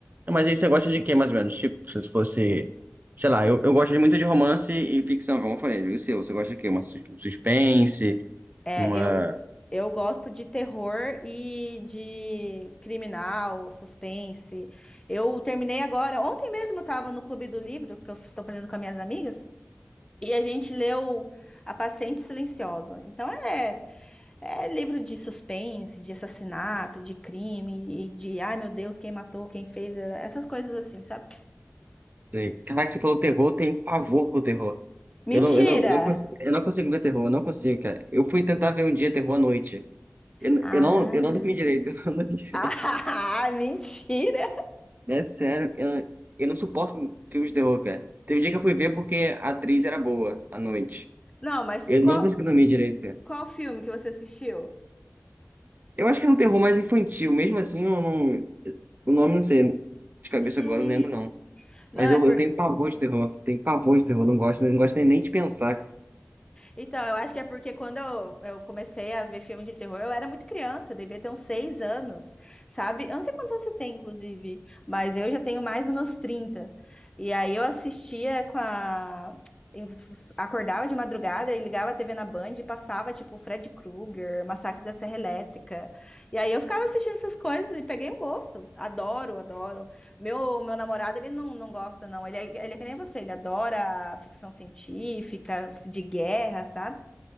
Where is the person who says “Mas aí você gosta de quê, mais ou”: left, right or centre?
Right